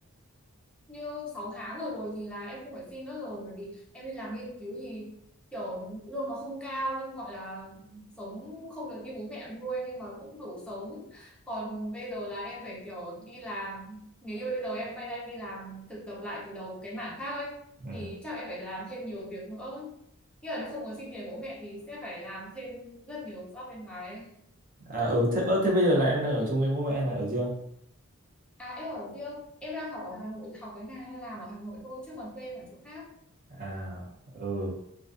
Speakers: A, in the centre; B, on the right.
A: như 6 tháng rồi rồi thì là em không phải xin nữa rồi bởi vì em đi làm nghiên cứu thì kiểu lương nó không cao nhưng gọi là sống không được như bố mẹ em nuôi nhưng mà cũng đủ sống còn bây giờ là em phải kiểu đi làm nếu như bây giờ em quay ra em đi làm thực tập lại từ đầu cái mảng khác ấy
B: ừ.
A: thì chắc em phải làm thêm nhiều việc nữa nghĩa là không muốn xin tiền bố mẹ thì sẽ phải làm thêm rất nhiều job bên ngoài ấy.
B: à ừ thế, ờ, thế bây giờ là em đang ở chung với bố mẹ hay là ở riêng
A: à em ở riêng em đang học ở Hà Nội học cái này hay làm ở Hà Nội thôi chứ còn quê em ở chỗ khác
B: à ừ